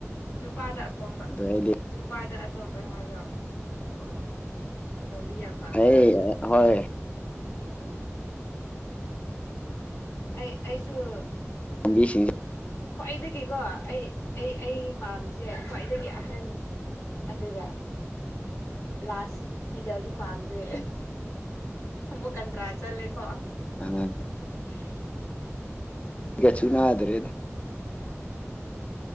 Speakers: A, on the left (about 80°); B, on the left (about 25°).
A: ꯅꯨꯄꯥꯗ ꯑꯇꯣꯝꯕ
B: ꯑꯗꯣ ꯑꯩꯗꯤ
A: ꯅꯨꯄꯥꯗ ꯑꯇꯣꯝꯕ ꯍꯥꯏꯔꯣ ꯑꯣ ꯑꯇꯣꯝꯕꯤ ꯌꯥꯝ ꯄꯥꯝꯕ꯭ꯔꯥ
B: ꯑꯦ ꯍꯣꯏ
A: ꯑꯣ ꯑꯩ ꯑꯩꯁꯨꯁꯨ
B: ꯇꯣꯝꯕꯤꯁꯤꯡꯁꯦ
A: ꯈ꯭ꯋꯥꯏꯗꯒꯤꯀꯣ ꯑꯩ ꯑꯩ ꯑꯩ ꯄꯥꯝꯃꯤꯁꯦ ꯈ꯭ꯋꯥꯏꯗꯒꯤ ꯑꯍꯟ ꯑꯗꯨꯒ ꯂꯥꯁ ꯃꯤꯗꯜꯗꯤ ꯄꯥꯝꯗ꯭ꯔꯦ ꯕꯨ ꯀꯗ꯭ꯔꯥ ꯆꯜꯦꯀꯣ
B: ꯎꯝ
A: <inaudible>
B: ꯏꯒ ꯆꯨꯅ꯭ꯔꯦꯗ